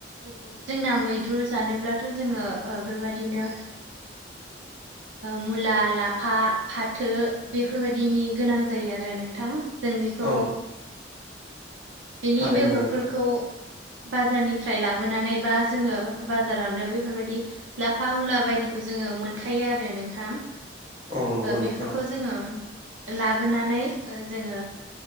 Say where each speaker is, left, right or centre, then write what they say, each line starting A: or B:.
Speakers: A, on the right; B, on the right.
A: जोंना मैद्रु जानोब्ला थ' जोङो ओ बेबादिनो मुला लाफा फाथो बेफोरबायदिनि गोनां जायो आरो नोंथां जों बेखौ
B: औ
A: बिनि
B: थारैनो
A: बेगरफोरखौ
B: नोंथां
A: बाजारनिफ्राय लाबोनानै बा जोङो बाजारावनो बेफोरबायदि लाफा मुला बायदिखौ जोङो मोनखायो आरो नोंथां।
B: औ नंगौ नोंथां
A: बेफोरखौ जोङो लाबोनानै जोङो